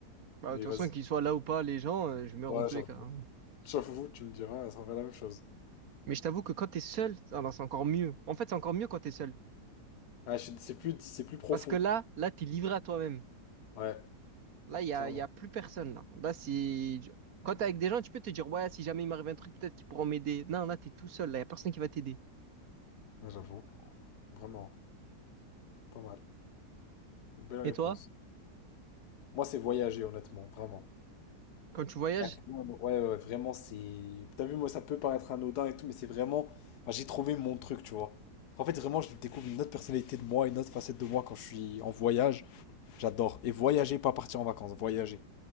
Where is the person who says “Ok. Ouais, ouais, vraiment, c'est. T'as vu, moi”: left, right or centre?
Left